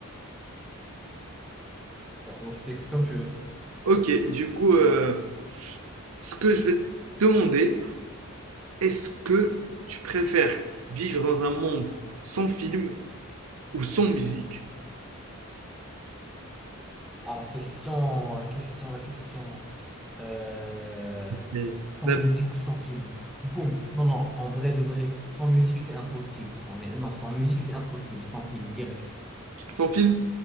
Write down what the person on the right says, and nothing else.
Ok, du coup, euh, ce que je vais te demander, est-ce que tu préfères vivre dans un monde sans film ou sans musique?
Mais,
bah,
Sans film?